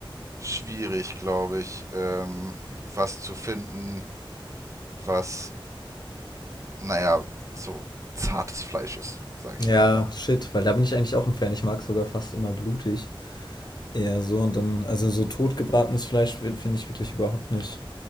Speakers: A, on the right; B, on the left.
A: schwierig, glaube ich, ähm, was zu finden, was, naja, so zartes Fleisch ist, sage
B: Ja,
A: ich mal. Ne?
B: shit, weil da bin ich eigentlich auch ein Fan. Ich mag sogar fast immer blutig. Eher so und dann, also so totgebratenes Fleisch fi- finde ich wirklich überhaupt nicht